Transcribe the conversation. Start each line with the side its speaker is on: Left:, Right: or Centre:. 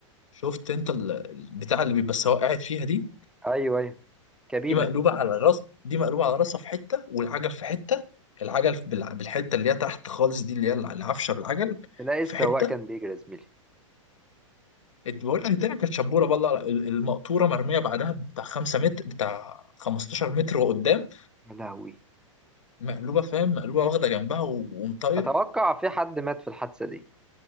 Left: شفت انت ال- البتاع اللي بيبقى السواق قاعد فيها دي
Centre: ايوه ايوه كابينه
Left: دي مقلوبة على الراس دي مقلوبة على راسها في حتة والعجل في حتة العجل في- بالع- بالحتة اللي هي تحت خالص دي اللي هي العفشة بالعجل
Centre: تلاقي السواق
Left: في حتة
Centre: كان بيجري يا زميلي
Left: إت- بقول لك الدنيا كانت شبورة بالله ال- المقطورة مرمية بعدها بتاع 5 متر بتاع 15 متر وقدام
Centre: يا لهوي
Left: مقلوبة فاهم مقلوبة واخدة جنبها و- ومطايرة
Centre: اتوقع في حد مات في الحادثه دي